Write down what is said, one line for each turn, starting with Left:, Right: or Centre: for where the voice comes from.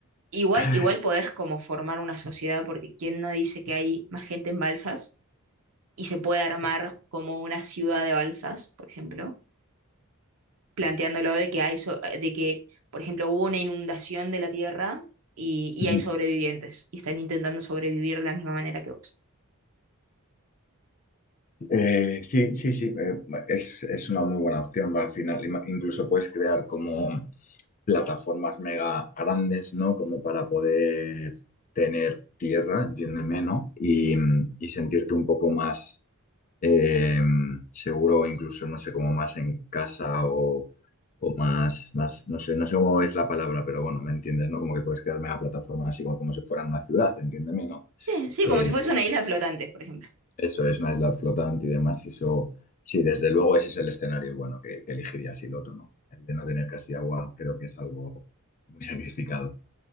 Right: Igual,
Left: <laughs>
Right: igual podés como formar una sociedad, porque quién no dice que hay más gente en balsas y se puede armar como una ciudad de balsas, por ejemplo, planteándolo de que hay so- de que, por ejemplo, hubo una inundación de la tierra y, y
Left: Ujú.
Right: hay sobrevivientes y están intentando sobrevivir de la misma manera que vos.
Left: Eh, sí, sí, sí, eh, es, es una muy buena opción al final. Ima- Incluso puedes crear como plataformas mega grandes, ¿no? Como para poder tener tierra, entiéndeme, ¿no? Y,
Right: Sí.
Left: y sentirte un poco más eh, seguro, o incluso, no sé, como más en casa o, o más, más, no sé, no sé cómo es la palabra, pero bueno, ¿me entiendes, no? Como que puedes crear mega plataformas así como, como si fueran una ciudad, entiéndeme, ¿no?
Right: Sí, sí,
Left: Eh,
Right: como si fuese una isla flotante, por ejemplo.
Left: eso es una isla flotante y demás, y eso... Sí, desde luego ese es el escenario bueno que, que elegiría si el otro no. El de no tener casi agua creo que es algo muy sacrificado.